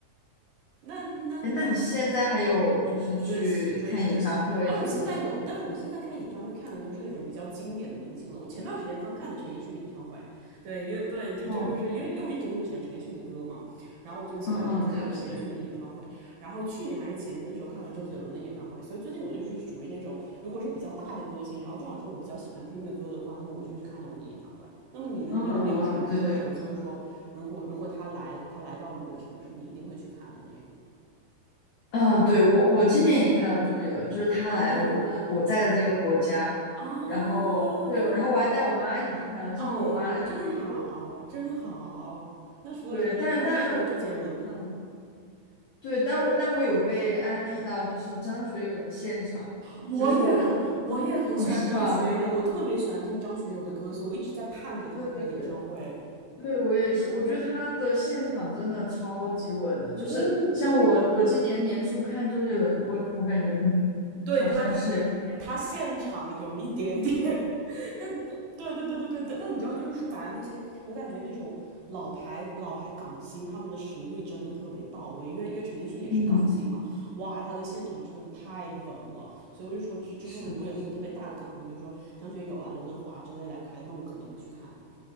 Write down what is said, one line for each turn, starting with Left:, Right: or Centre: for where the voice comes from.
Right: 那那
Left: 哎，那你现在还有就是去看演唱会什么的？
Right: 追追追，哎，我现在有，但是我现在看演唱会看的都是那种比较经典的明星了。我前段时间刚看的陈奕迅演唱会，对，因为对，就就就是因为因为我一直特别喜欢陈奕迅的歌嘛，
Left: 哦，
Right: 然后我就前段时间去看了陈奕迅的演唱会，
Left: 嗯嗯，对对对，
Right: 然后去年还是前年的时候看了周杰伦的演唱会，所以最近我就是属于那种如果是比较大的歌星，然后正好是我比较喜欢听的歌的话，那么我就会去看他们的演唱会。那么你呢？
Left: 嗯嗯嗯，
Right: 你有没有什么歌手，
Left: 对对，
Right: 就是说如果如果他来他来到你的城市，你一定会去看的那一种？
Left: 嗯，对我我今年也看了周杰伦，就是他来了我们我在的这个国家，
Right: 哦，哦，
Left: 然后对，然后我还带我妈一起去看了，正好我妈来这旅游，
Right: 哦，真好，真好。那除了陈奕，
Left: 对，但但。
Right: 那那除了周杰伦呢？
Left: 嗯。对，但我但我有被安利到，就是张学友的现场，
Right: 我也很，
Left: 就是我有，
Right: 我也很喜欢张学友，
Left: 哦，是吧？
Right: 我特别喜欢听张学友的歌，所以我一直在盼着他开演唱会。
Left: 对对对对，我也是，我觉得他的现场真的超级稳的，就是像我我今年年初看周杰伦的，
Right: 嗯嗯，
Left: 我我感觉嗯，
Right: 对他，
Left: 好像是有点
Right: 他他现场有一点点但对对对对对对，但你知道，就是说白了，那些我感觉那种老牌老牌港星，他们的实力真的特别到位。因为因为陈奕迅也是港星嘛，
Left: 嗯，
Right: 哇，他的现场真的太稳了。所以我就说之之后如果有那种特别大的港星，
Left: 是的，是的，
Right: 比如说张学友啊、刘德华啊之类来开的那我肯定会去看。